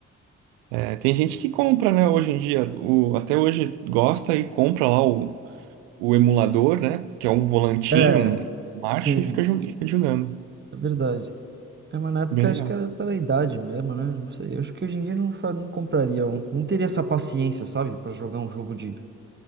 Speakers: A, on the right; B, on the right.
A: É, tem gente que compra, né, hoje em dia. O, até hoje gosta e compra lá o, o emulador, né? Que é um volantinho,
B: É,
A: um marcha
B: sim,
A: e fica, jo- e fica jogando.
B: é verdade. É, mas na época
A: Bem legal.
B: acho que era pela idade mesmo, né? Não sei. Eu acho que hoje em dia eu não, fa- não compraria um. Não teria essa paciência, sabe? Pra jogar um jogo de